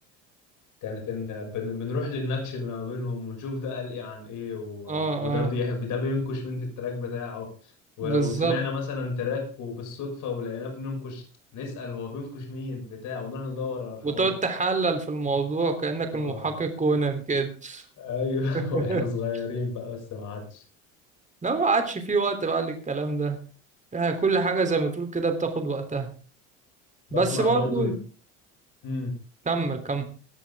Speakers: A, on the left; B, on the right.
A: كانت ان بن... بنروح للنكش اللي ما بينهم ونشوف ده قال ايه عن ايه و...
B: اه
A: وده
B: اه
A: بيحب ده بينكش مين في التراك بتاعه ولو
B: بالظبط
A: سمعنا مثلا تراك وبالصدفة ولقيناه بننكش نسأل هو بينكش مين بتاع ونروح ندور على الحوار
B: وتقعد تحلل في الموضوع كأنك
A: اه
B: المحقق كونان كده
A: ايوه
B: <laughs>
A: <laughs> واحنا صغيرين بقى بس ما عادش
B: لا ما عادش في وقت بقى للكلام ده يعني كل حاجة زي ما تقول كده بتاخد وقتها
A: بسمع
B: بس برضو
A: برضو ال... مم.
B: كمل كمل